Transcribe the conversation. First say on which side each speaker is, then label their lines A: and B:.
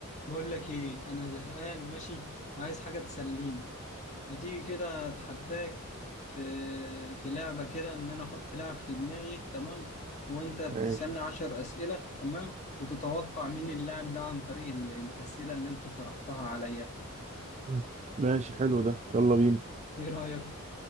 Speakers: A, on the left; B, on the right.
A: بقول لك ايه انا زهقان ماشي وعايز حاجه تسليني ما تيجي كده اتحداك في في لعبه كده ان انا احط لعب في دماغي تمام وانت تسالني
B: ماشي
A: عشر اسئله تمام وتتوقع مين اللاعب ده عن طريق ال- الاسئله اللي انت طرحتها عليا
B: مم. ماشي حلو ده يلا بينا
A: ايه رايك